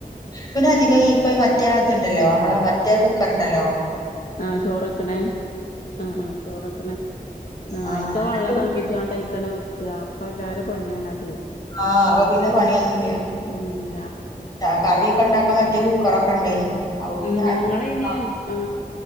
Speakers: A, on the left; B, on the left.
A: പിന്നെ അധികം ഈപ്പ മറ്റേ ഇതുണ്ടല്ലോ നമ്മളെ മറ്റേ കുക്കർുണ്ടല്ലോ
B: ആഹ ചോറൊക്കണെ ആഹ ചോറൊക്കണ ന
A: ആ
B: അക്ക
A: അങ്ങനത്തെ
B: വെള്ളം
A: കു-
B: തിളപ്പിച്ച കൊണ്ട് അയിക്കണ വെക്കുക അപ്പൊ എല്ലാരും പണിയാണ അത്
A: ആ് അവ പിന്നെ പണിയൊന്നുമല്ല
B: ഉം ഇല്ല
A: ആ കറിയൊക്കെ ഉണ്ടാക്കാ മറ്റേ കുക്കറൊക്കെ ഉണ്ടായിനു അപ്പൊ പിന്നെ
B: ഉ ഞങ്ങള
A: ആർക്കും
B: ഇ ആ